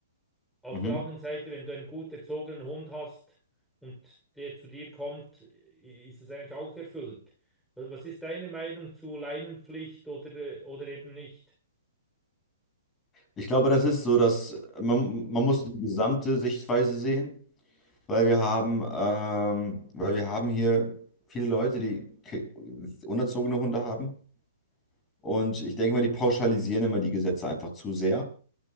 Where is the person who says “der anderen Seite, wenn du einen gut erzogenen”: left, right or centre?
Centre